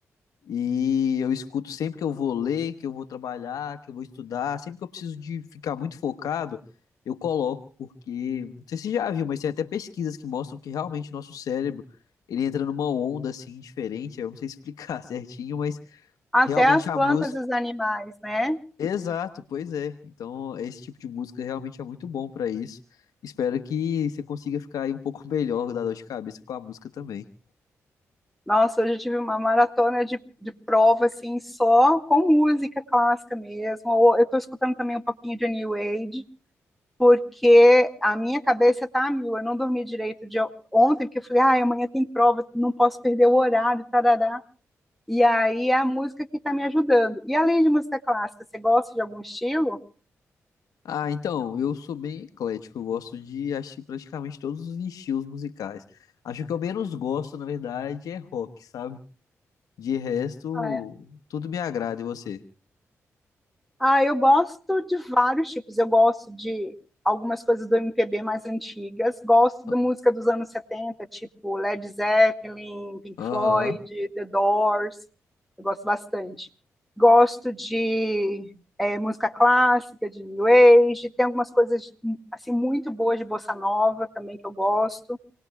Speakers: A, on the left; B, in the centre.
A: E eu escuto sempre que eu vou ler, que eu vou trabalhar, que eu vou estudar, sempre que eu preciso de ficar muito focado, eu coloco, porque não sei se você já viu, mas tem até pesquisas que mostram que realmente nosso cérebro, ele entra numa onda assim diferente, eu não sei explicar <laughs> certinho, mas
B: Até
A: realmente
B: as
A: a
B: plantas
A: música,
B: e os animais, né?
A: exato, pois é. Então, esse tipo de música realmente é muito bom pra isso. Espero que você consiga ficar aí um pouco melhor da dor de cabeça com a música também.
B: Nossa, hoje eu tive uma maratona de, de prova, assim, só com música clássica mesmo. Ou Eu tô escutando também um pouquinho de New Age. porque a minha cabeça tá a mil. Eu não dormi direito de ontem, porque eu falei, ah, amanhã tem prova, não posso perder o horário, tarará. E aí é a música que tá me ajudando. E além de música clássica, você gosta de algum estilo?
A: Ah, então, eu sou bem eclético, eu gosto de assistir praticamente todos os estilos musicais. Acho que eu menos gosto, na verdade, é rock, sabe? De resto,
B: Ah,
A: tudo me agrada, e você?
B: Ah, eu gosto de vários tipos. Eu gosto de algumas coisas do MPB mais antigas. Gosto
A: Ah,
B: da música dos anos 70, tipo Led Zeppelin, Pink
A: Aham.
B: Floyd, The Doors. Eu gosto bastante. Gosto de eh, música clássica, de New Age. Tem algumas coisas assim muito boas de bossa nova também que eu gosto.